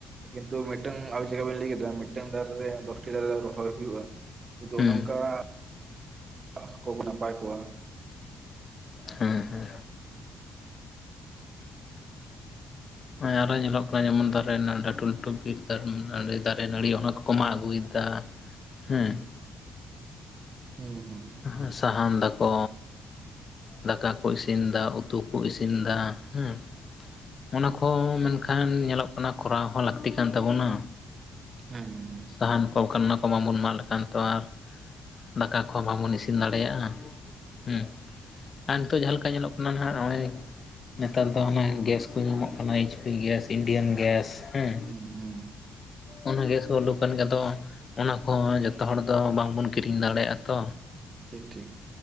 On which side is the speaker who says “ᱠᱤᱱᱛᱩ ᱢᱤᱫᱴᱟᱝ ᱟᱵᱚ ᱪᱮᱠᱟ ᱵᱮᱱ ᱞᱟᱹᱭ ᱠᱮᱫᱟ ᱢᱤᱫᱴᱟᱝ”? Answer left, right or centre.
Right